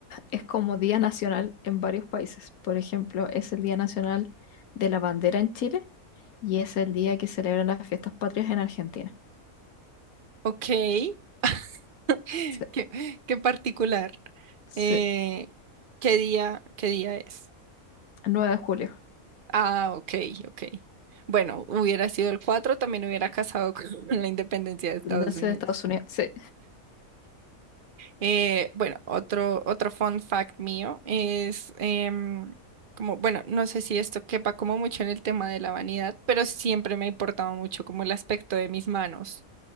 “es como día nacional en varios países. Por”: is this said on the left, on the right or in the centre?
Left